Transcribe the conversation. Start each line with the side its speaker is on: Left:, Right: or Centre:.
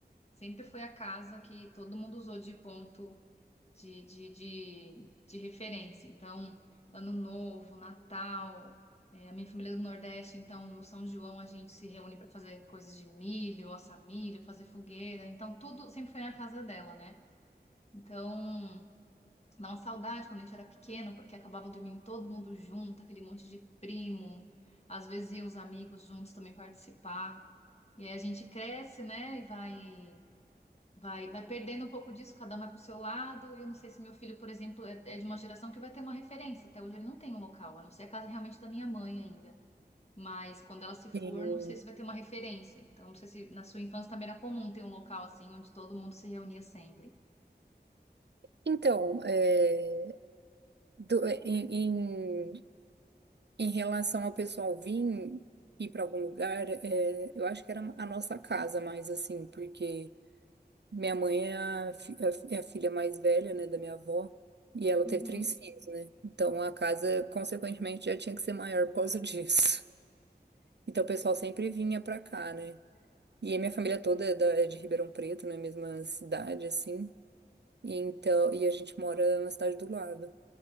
Left: sempre foi a casa que todo mundo usou de ponto de, de, de, de referência. Então, Ano Novo, Natal, é, a minha família é do Nordeste, então no São João a gente se reúne para fazer coisas de milho, assar milho, fazer fogueira. Então, tudo sempre foi na casa dela, né? Então, dá uma saudade quando a gente era pequeno, porque acabava dormindo todo mundo junto, aquele monte de primo. Às vezes iam os amigos juntos também participar. E aí a gente cresce, né? E vai Vai, vai perdendo um pouco disso, cada um vai pro seu lado. E eu não sei se meu filho, por exemplo, é, é de uma geração que vai ter uma referência. Até hoje ele não tem um local, a não ser a casa realmente da minha mãe ainda. Mas quando ela se for,
Right: Sim.
Left: não sei se vai ter uma referência. Então, não sei se na sua infância também era comum ter um local assim, onde todo mundo se reunia sempre.
Right: Então, é, do- é, em, em, em relação ao pessoal vir ir para algum lugar, é, eu acho que era a nossa casa mais assim, porque minha mãe é a, fi- é a fi- é a filha mais velha, né, da minha avó, e ela
Left: Uhum.
Right: teve três filhos, né? Então a casa, consequentemente, já tinha que ser maior por causa <laughs> disso. Então o pessoal sempre vinha para cá, né? E a minha família toda é, da- é de Ribeirão Preto, na mesma cidade, assim. E então, e a gente mora na cidade do lado.